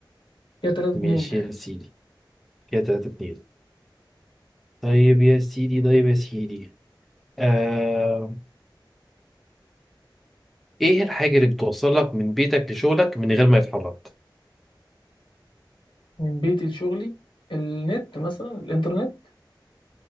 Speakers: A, on the left (about 80°); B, in the centre.
A: كده 3 2
B: ماشي
A: يعني
B: يا سيدي كده تلاتة اتنين طيب يا سيدي طيب يا سيدي آه... إيه الحاجة اللي بتوصلك من بيتك لشغلك من غير ما يتحرك؟
A: من بيتي لشغلي النت مثلا الإنترنت